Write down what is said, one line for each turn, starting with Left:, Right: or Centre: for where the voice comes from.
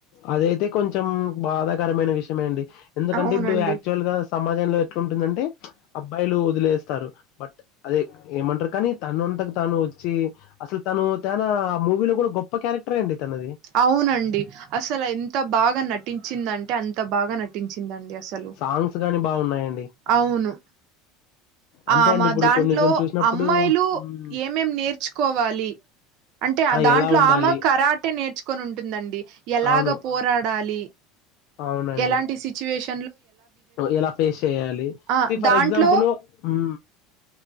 Left: అదైతే కొంచెం బాధాకరమైన విషయమండి ఎందుకంటే
Right: అవునండి
Left: ఇప్పుడు యాక్చ్యువల్ గా సమాజంలో ఎట్లుందంటే అబ్బాయిలు వదిలేస్తారు బట్ అదే ఏమంటారు కానీ తను అంతట తను వచ్చి అసలు తను తనా మూవీలో కూడా గొప్ప క్యారెక్టరె అండి తనది
Right: అవునండి అసలు ఎంత బాగా నటించిందంటే అం అంత బాగా నటించిందండి అసలు
Left: సాంగ్స్ గాని బాగున్నాయండి
Right: అవును
Left: అంతే
Right: ఆమ
Left: అండి ఇప్పుడు
Right: దాంట్లో
Left: కొన్ని కొన్ని చూసినప్పుడు
Right: అమ్మాయిలు
Left: మ్మ్
Right: ఏమేమ్ నేర్చుకోవాలి అంటే ఆ దాంట్లో
Left: ఎలా ఉండాలి
Right: ఆమె కరాటే నేర్చ్ కొనిఉంటుందండి ఎలాగ
Left: అవును
Right: పోరాడాలి
Left: అవునండి
Right: ఎలాంటి సిట్యుయేషన్
Left: ఎలా ఫేస్ చేయాలి
Right: ఆ
Left: ఫి ఫర్
Right: దాంట్లో
Left: ఎగ్జాంపుల్ ఉమ్